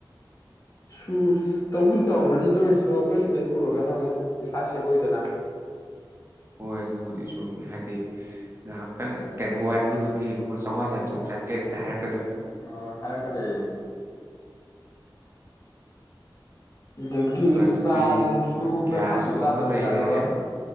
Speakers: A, on the left; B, on the right.
A: ꯏꯁꯨꯁ ꯇꯧꯕꯗꯤ ꯇꯧꯔꯝꯒꯅꯤ ꯑꯗꯨ ꯑꯣꯏꯔꯁꯨ ꯑꯩꯈꯣꯏ ꯁꯤꯗꯩ ꯄꯨꯔꯒꯅ ꯑꯃꯨꯛ ꯄꯩꯁꯥ ꯁꯦꯕ ꯑꯣꯏꯗꯅ
B: ꯍꯣꯏ ꯑꯗꯨꯕꯨꯗꯤ ꯁꯨꯝꯃꯦ ꯍꯥꯏꯗꯤ ꯉꯥꯏꯍꯥꯛꯇꯪ ꯀꯩꯅꯣ ꯋꯥꯏꯕꯗꯨ ꯗꯨꯒꯤ ꯂꯨꯄ ꯆꯧꯉꯥ ꯆꯥꯇꯔ꯭ꯨꯛ ꯆꯥꯇꯔ꯭ꯦꯠ ꯍꯦꯛꯇꯥ ꯍꯥꯏꯔꯛ
A: ꯑꯑ ꯍꯥꯏꯔꯛꯀꯗꯣꯏꯅꯤꯅꯦ ꯑꯗꯒꯤ
B: ꯍꯣꯏ ꯑꯗꯨꯗꯤ
A: ꯆꯥ ꯅꯨꯡꯁꯨ ꯕ꯭ꯔꯦꯛꯐꯥꯁꯁꯨ
B: ꯒ꯭ꯌꯥꯁꯇꯣ
A: ꯆꯥꯗꯕ
B: ꯑꯃ ꯂꯩꯔꯦ
A: ꯌꯥꯔꯣꯏ